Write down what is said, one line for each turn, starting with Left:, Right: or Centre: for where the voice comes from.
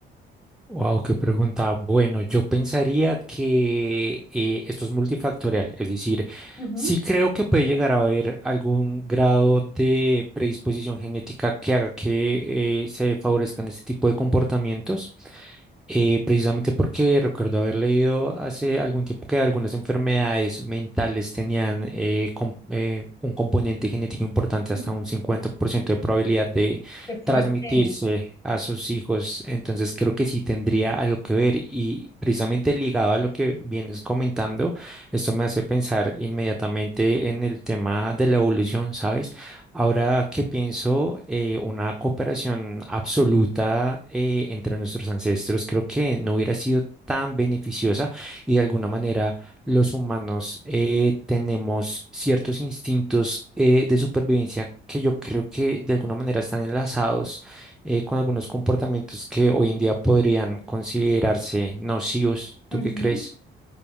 Centre: Wow, qué pregunta. Bueno, yo pensaría que eh, esto es multifactorial, es decir,
Left: Ujú,
Centre: sí creo que puede llegar a haber algún grado de predisposición genética que haga que eh, se favorezcan este tipo de comportamientos eh, precisamente porque recuerdo haber leído hace algún tiempo que algunas enfermedades mentales tenían eh, com- eh, un componente genético importante, hasta
Left: ujú,
Centre: un 50% de probabilidad de
Left: Qué fuerte.
Centre: transmitirse a sus hijos. Entonces creo que sí tendría algo que ver y precisamente ligado a lo que vienes comentando, esto me hace pensar inmediatamente en el tema de la evolución, ¿sabes? Ahora que pienso, eh, una cooperación absoluta eh, entre nuestros ancestros creo que no hubiera sido tan beneficiosa y de alguna manera los humanos eh, tenemos ciertos instintos eh, de supervivencia que yo creo que de alguna manera están enlazados eh, con algunos comportamientos que hoy en día podrían considerarse nocivos. ¿Tú
Left: ujú,
Centre: qué crees?
Left: ujú.